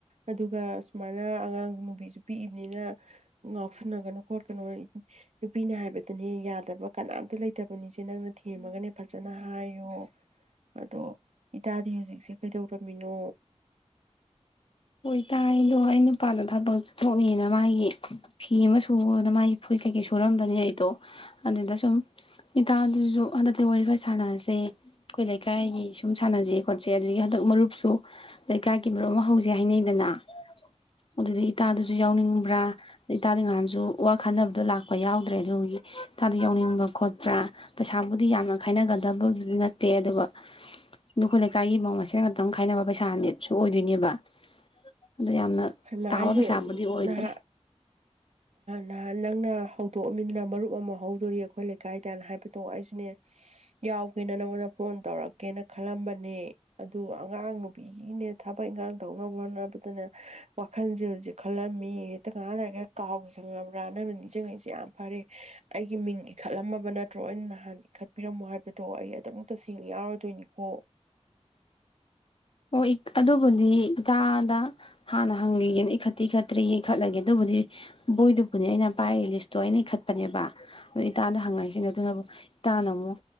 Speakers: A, on the right; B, on the left.
A: ꯑꯗꯨꯒ ꯁꯨꯃꯥꯏꯅ ꯑꯉꯥꯡ ꯅꯨꯕꯤꯁꯨ ꯄꯤꯛꯏꯕꯅꯤꯅ ꯉꯥꯎꯁꯟꯅꯒꯅꯨ ꯈꯣꯠꯀꯅꯨ ꯅꯨꯄꯤꯅ ꯍꯥꯏꯕꯗꯅꯦ ꯌꯥꯗꯕ ꯀꯅꯥꯝꯇ ꯂꯩꯇꯕꯅꯤꯁꯦ ꯅꯪꯅ ꯊꯦꯝꯃꯒꯅꯦ ꯐꯖꯅ ꯍꯥꯏꯌꯣ ꯑꯗꯣ ꯏꯇꯥꯗꯤ ꯍꯧꯖꯤꯛꯁꯦ ꯀꯩꯗꯧꯔꯝꯃꯤꯅꯣ
B: ꯍꯣꯏ ꯏꯇꯥ ꯑꯩꯗꯣ ꯑꯩ ꯅꯨꯄꯥꯗꯣ ꯊꯕꯛ ꯆꯠꯊꯣꯛꯅꯤꯅ ꯃꯥꯒꯤ ꯐꯤ ꯑꯃꯥ <inaudible> ꯑꯣ ꯑꯗꯥꯥ ꯃꯥꯏ ꯐꯨꯔꯤ ꯀꯩꯀꯩ ꯁꯨꯔꯝꯕꯅꯦ ꯑꯩꯗꯣ ꯑꯗꯨꯗ ꯁꯨꯝ ꯏꯇꯥꯗꯨꯁꯨ ꯍꯟꯗꯛꯇꯤ ꯋꯥꯔꯤꯈ ꯁꯥꯟꯅꯁꯦ ꯑꯩꯈꯣꯏ ꯂꯩꯀꯥꯏꯒꯤ ꯁꯨꯝ ꯁꯥꯟꯅꯖꯩ ꯈꯣꯠꯆꯦ ꯑꯗꯨꯗꯒꯤ ꯍꯟꯗꯛ ꯃꯔꯨꯞꯁꯨ ꯂꯩꯀꯥꯏꯒꯤ ꯃꯔꯨꯞ ꯑꯃ ꯍꯧ ꯍꯥꯏꯅꯩꯗꯅ ꯑꯗꯨꯒꯤ ꯏꯇꯥꯗꯨꯁꯨ ꯌꯥꯎꯅꯤꯡꯕ꯭ꯔꯥ ꯏꯇꯥꯗꯤ ꯅꯍꯥꯟꯁꯨ ꯋꯥ ꯈꯟꯅꯕꯗꯣ ꯂꯥꯛꯄ ꯌꯥꯎꯗ꯭ꯔꯦ ꯑꯗꯨꯒꯤ ꯏꯇꯥꯗꯣ ꯌꯥꯎꯅꯤꯡꯕ ꯈꯣꯠꯄ꯭ꯔꯥ ꯄꯩꯁꯥꯕꯨꯗꯤ ꯌꯥꯝꯅ ꯈꯥꯏꯅꯒꯗꯕꯗꯨꯗꯤ ꯅꯠꯇꯦ ꯑꯗꯨꯒ ꯅꯈꯣꯏ ꯂꯩꯀꯥꯏꯒꯤ ꯃꯧ ꯃꯁꯦꯟ ꯉꯥꯇꯥ ꯈꯥꯏꯅꯕ ꯄꯩꯁꯥꯅꯦ ꯁꯣꯛꯑꯣꯏꯗꯣꯏꯅꯦꯕ ꯑꯗꯨ ꯌꯥꯝꯅ
A: ꯍꯩꯃꯥ
B: ꯇꯥꯕ
A: ꯑꯩꯁꯨ
B: ꯄꯩꯁꯥꯕꯨꯗꯤ ꯑꯣꯏꯗ꯭ꯔꯦ
A: ꯅꯍꯥ ꯅꯍꯥꯟ ꯅꯪꯅ ꯍꯧꯗꯣꯛꯑꯃꯤꯅꯤꯅ ꯃꯔꯨꯞ ꯑꯃ ꯍꯧꯗꯣꯔꯤ ꯑꯩꯈꯣꯏ ꯂꯩꯀꯥꯏꯗꯅ ꯍꯥꯏꯕꯗꯣ ꯑꯩꯁꯨꯅꯦ ꯌꯥꯎꯒꯦꯅꯥ ꯅꯉꯣꯟꯗꯥ ꯐꯣꯟ ꯇꯧꯔꯛꯀꯦꯅ ꯈꯜꯂꯝꯕꯅꯦ ꯑꯗꯨ ꯑꯉꯥꯡ ꯅꯨꯄꯤꯒꯤꯅꯦ ꯊꯕꯛ ꯏꯪꯈꯥꯡ ꯇꯧꯅꯕ ꯍꯣꯠꯅꯕꯗꯅ ꯋꯥꯈꯜꯁꯦ ꯍꯧꯖꯤꯛ ꯈꯜꯂꯝꯃꯤ ꯍꯦꯛꯇ ꯉꯥꯏꯍꯥꯛ ꯂꯩꯔꯒ ꯀꯥꯎꯒꯤ ꯈꯪꯉꯕ꯭ꯔꯥ ꯅꯪꯅ ꯅꯤꯡꯁꯤꯡꯉꯏꯁꯦ ꯌꯥꯝ ꯐꯔꯦ ꯑꯩꯒꯤ ꯃꯤꯡ ꯏꯈꯠꯂꯝꯃꯕꯅꯦ ꯅꯠꯇ꯭ꯔꯣ ꯑꯩꯅ ꯅꯍꯥꯟ ꯏꯈꯠꯄꯤꯔꯝꯃꯣ ꯍꯥꯏꯕꯗꯣ ꯑꯩ ꯑꯗꯨꯝ ꯇꯁꯦꯡꯅ ꯌꯥꯎꯔꯥꯗꯣꯏꯅꯤꯀꯣ
B: ꯍꯣꯏ ꯑꯗꯨꯕꯨꯗꯤ ꯏꯇꯥꯗ ꯍꯥꯟꯅ ꯍꯪꯈꯤꯒꯦꯅ ꯏꯈꯠꯇꯤ ꯏꯈꯠꯇ꯭ꯔꯤꯌꯦ ꯈꯠꯂꯒꯦ ꯑꯗꯨꯕꯨꯗꯤ ꯕꯣꯏꯗꯨꯕꯨꯅꯦ ꯑꯩꯅ ꯄꯥꯏꯔꯤ ꯂꯤꯁꯇ ꯗꯣ ꯑꯩꯅ ꯏꯈꯠꯄꯅꯦꯕ ꯑꯗꯣ ꯏꯇꯥꯗ ꯍꯪꯉꯛꯏꯁꯤꯅꯦ ꯑꯗꯨꯅꯕꯨ ꯏꯇꯥꯅ ꯑꯃꯨꯛ